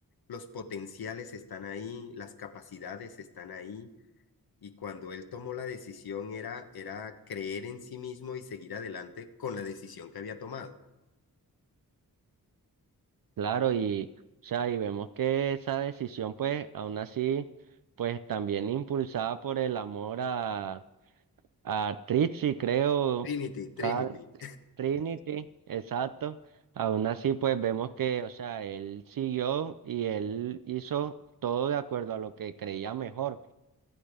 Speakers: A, on the left; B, on the right.
A: los potenciales están ahí, las capacidades están ahí y cuando él tomó la decisión era, era creer en sí mismo y seguir adelante con la decisión que había tomado.
B: Claro, y, o sea, y vemos que esa decisión pues aún así pues también impulsada por el amor a a Trixie, creo,
A: Trinity, Trinity.
B: tal Trinity, exacto. Aún así, pues vemos que, o sea, él siguió y él hizo todo de acuerdo a lo que creía mejor.